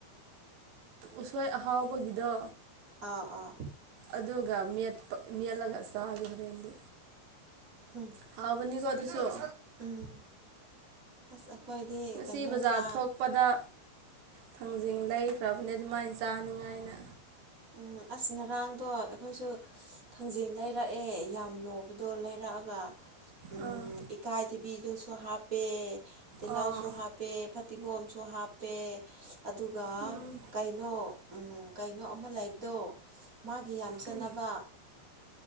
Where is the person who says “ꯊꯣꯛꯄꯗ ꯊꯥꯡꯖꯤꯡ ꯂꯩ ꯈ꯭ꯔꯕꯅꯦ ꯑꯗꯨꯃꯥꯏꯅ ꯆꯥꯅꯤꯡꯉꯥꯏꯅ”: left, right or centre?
Right